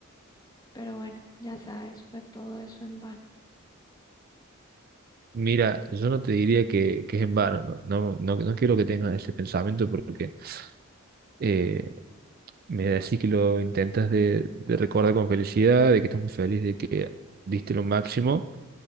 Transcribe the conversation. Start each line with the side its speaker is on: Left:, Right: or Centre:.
Left: Pero bueno, ya sabes, fue todo eso en vano.
Right: Mira, yo no te diría que, que es en vano, no, no, no, no quiero que tengas ese pensamiento porque eh, me decís que lo intentas de, de recordar con felicidad, de que estás muy feliz, de que diste lo máximo,